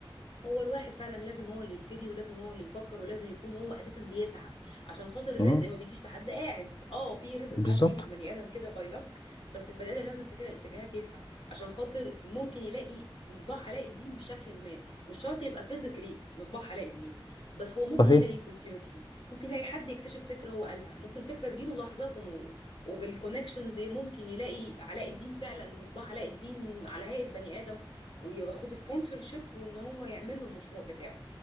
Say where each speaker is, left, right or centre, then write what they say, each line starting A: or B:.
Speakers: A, on the left; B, on the left.
A: هو الواحد فعلا لازم هو اللي يبتدي ولازم هو اللي يفكر ولازم يكون هو اساسا بيسعى عشان خاطر الرزق
B: مم.
A: ما بيجيش لحد قاعد اه في رزق ساعات
B: بالظبط
A: بيجي لبني ادم كده باي لك بس البني ادم لازم في كده الاتجاهات يسعى عشان خاطر ممكن يلاقي مصباح علاء الدين بشكل ما مش شرط يبقى فيزيكلي مصباح علاء الدين بس هو ممكن
B: صحيح
A: يلاقي opportunity ممكن يلاقي حد يكتشف فكره هو قالها ممكن فكره تجيله لحظة و... وبالكونكشنز ممكن يلاقي علاء الدين فعلا مصباح علاء الدين على هيئة بني ادم وياخد سبونسر شيب وان هو يعمل له المشروع بتاعه